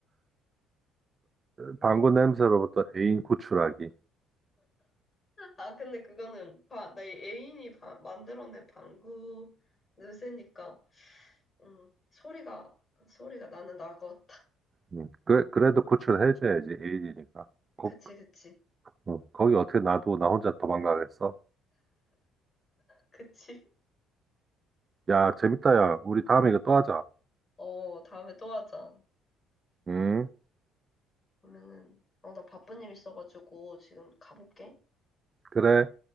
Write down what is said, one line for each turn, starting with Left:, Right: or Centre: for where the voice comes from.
Right: 방구 냄새로부터 애인 구출하기.
Left: 아, 근데 그거는 바, 내 애인이 바- 만들어낸 방구 냄새니까, 음, 소리가, 소리가 나는 나고, 탁.
Right: 음, 그래, 그래도 구출해줘야지. 애인이니까. 거,
Left: 그치, 그치.
Right: 어, 거기 어떻게 놔두고 나 혼자 도망가겠어?
Left: 그치.
Right: 야, 재밌다, 야. 우리 다음에 이거 또 하자.
Left: 어, 다음에 또 하자.
Right: 음,
Left: 그러면은, 어, 나 바쁜 일 있어가지고 지금 가볼게.
Right: 그래.